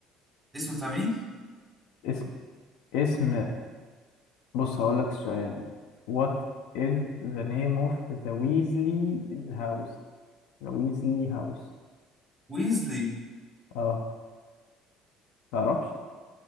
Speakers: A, in the centre; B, on the left.
A: اسمه بتاع مين
B: اسم اسم بص هقول لك السؤال what is the name of the Weasley house the Weasley house
A: ويزلي
B: اه تعرفش